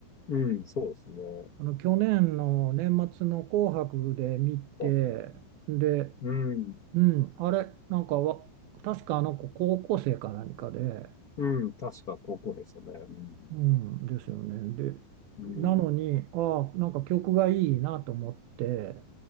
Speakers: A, on the left; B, on the right.
A: うん、そうですね。
B: あの去年の年末の「紅白」で見て、
A: 紅白に。
B: で、
A: うん、
B: うん、あれ、なんかわ、確かあの子高校生か何かで。
A: うん、確か高校でしたね。うん、
B: うん、ですよね。で、
A: うん、
B: なのに、ああ、なんか曲がいいなと思って、